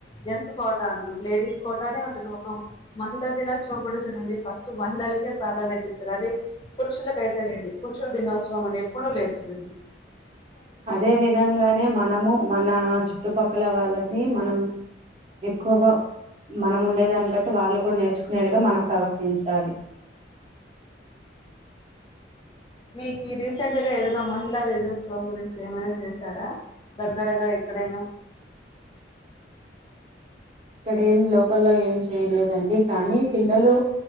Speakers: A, on the left; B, on the right.
A: జెన్స్ కోట అన్నారు లేడీస్ కోటనే ఉంటది ఒక మహిళా దినోత్సవం కూడా చడండి ఫస్ట్ మహిళలకే ప్రాధాన్యత ఇస్తారు అదే పురుషులకైతే లేదు పురుషుల దినోత్సవం అని ఎప్పుడూ లేర్చనుంది
B: అదే విధంగానే మనము మన చుట్టుపక్కల వాళ్ళది మనం ఎక్కువగా మనముండేదాన్ని బట్టి వాళ్ళు కూడా నేర్చుకునేలుగా మనం ప్రవర్తించాలి
A: మీకు ఈ రీసెంట్ గా ఏదైనా మహిళా దేశోత్సవం గురించి ఏమైనా చేసారా దగ్గరగా ఎక్కడైనా
B: ఇక్కడ ఏం లోకల్లో ఏం చేయలేదండి. కానీ పిల్లలు